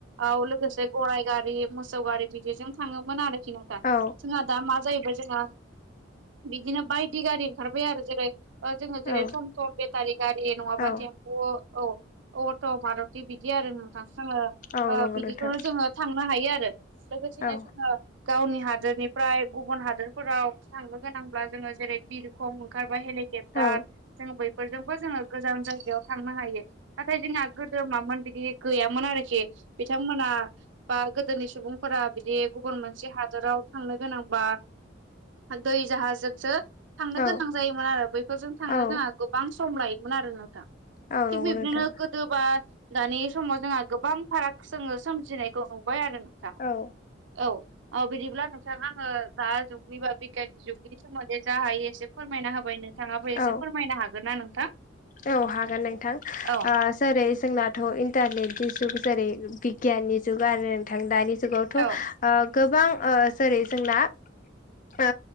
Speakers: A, on the right; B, on the left.
A: औ लोगोसे गराइ गारि, मोसौ गारि बिदिजों थाङोमोन आरोखि नोंथां।
B: औ
A: जोंहा दा मा जाहैबाय जोंहा बिदिनो बायदि गारि ओंखारबाय आरो जेरै ओ जोङो
B: औ
A: जेरै थम थम बेटारि गारि, नङाबा
B: औ
A: टेम अ औ अट' मारतथि बिदि आरो नोंथां जोंङो
B: औ
A: ओ
B: नंगौ
A: बिदिखौनो
B: नोंथां
A: जोङो थांनो हायो आरो लोगोसेनो
B: औ
A: जोङो गावनि हादोरनिफ्राय गुबुन हादोरफोराव थांनो गोनांब्ला जोङो जेरै बिरखं ओंखारबा हेलिकप्टार
B: औ
A: जों बैफोरजोंबो जोङो गोजान जायगायाव थांनो हायो। नाथाय जोंहा गोदोमामोन बिदि गैयामोन आरोखि बिथांमोना बा गोदोनि सुबुंफोरा बिदि गुबुन मोनसे हा हादोराव थांनो गोनांबा दै जाहाजजोंसो थांनो
B: औ
A: गोनां जायोमोन आरो बैफोरजों थांनायाव
B: औ
A: जोंहा गोबां सम लायोमोन आरो नोंथां। थिग
B: औ नंगौ
A: बिबदिनो
B: नोंथां
A: गोदोबा दानि समाव जोंहा गोबां फाराग जोङो सोमजिनायखौ नुबाय आरो नोंथां
B: औ
A: औ औ बिदिब्ला नोंथां आङो दा जुगनि बा बिगियाननि जुगनि सोमोन्दै जा हायो एसे फोरमायना होबाय नों थांङाबो एसे
B: औ
A: फोरमायनो हागोनना नोंथां?
B: औ हागोन नोंथां।
A: औ
B: ओ जेरै जोंनाथ' इन्टारनेटनि जुग जेरै बिगियाननि जुग आरो नोंथां दानि जुगाव। थ'
A: औ
B: ओ गोबां ओ जेरै जोंना ओ